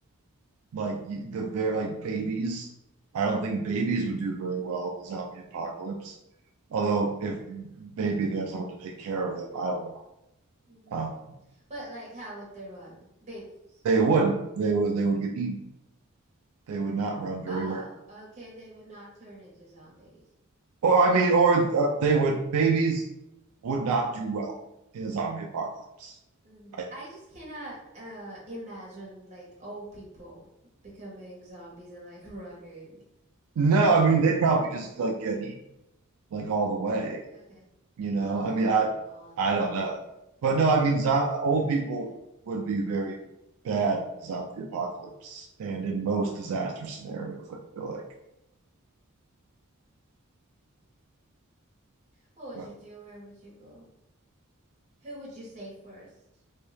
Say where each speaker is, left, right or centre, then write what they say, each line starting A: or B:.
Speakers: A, on the right (about 75°); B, on the right (about 30°).
A: like y- the very like babies. I don't think babies would do very well in the zombie apocalypse. Although if maybe they have someone to take care of them, I don't know.
B: hmm
A: Um
B: But like, how would they run? Babies.
A: they wouldn't. They would they would get eaten. They would not run very
B: Oh,
A: well.
B: okay. They would not turn into zombies.
A: Or I mean, or uh, they would babies would not do well in a zombie apocalypse.
B: hmm
A: I,
B: I just cannot uh imagine like old people becoming zombies and like <laughs> running.
A: no, I mean they'd probably just like get eaten like all the way.
B: Okay.
A: You know,
B: Oh,
A: I mean, I
B: all the
A: I
B: way.
A: don't know,
B: Yeah,
A: but no, I mean, zo old
B: I think.
A: people
B: Uh,
A: would be very bad in zombie apocalypse and in most disaster scenarios. I feel like,
B: what would
A: but
B: you do? Where would you go? Who would you save 1st